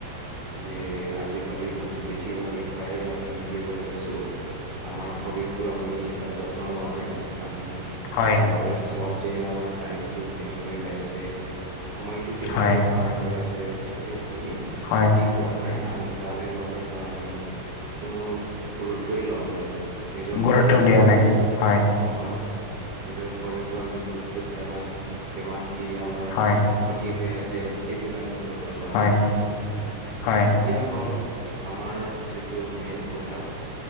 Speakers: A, on the right (about 65°); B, on the left (about 85°).
A: যে আজি-কালি মানে বেছিভাগে প্ৰায় আমি কি কৰি আছো আমাৰ শৰীৰটো আমি যত্ন লোৱা নাই। আমি
B: হয়
A: মবাইল চাৱাতে আমাৰ টাইমটো কেনেকৈ যায় আছে, সময়টো কেনেকৈ
B: হয়
A: পাৰ হৈ আছে সেইটো আমি
B: হয়
A: কৰা নাই আমি তালে লোৱা নাই বা আমি কোনো গুৰুত্বয়ে লোৱা নাই আৰু। নিজৰ
B: গুৰুত্ব
A: শৰীৰটো
B: দিয়া
A: আমি
B: নাই হয়
A: হয় নিজৰ শৰীৰটো আমি গুৰুত্ব দিয়া নাই, কিমান কি আমাৰ
B: হয়।
A: ক্ষতি হৈ আছে সেইবিলাক আমি গুৰুত্ব লোৱা
B: হয়
A: নাই।
B: হয়
A: এতিয়া হ'ল আমাৰ যিটো মেইন কথা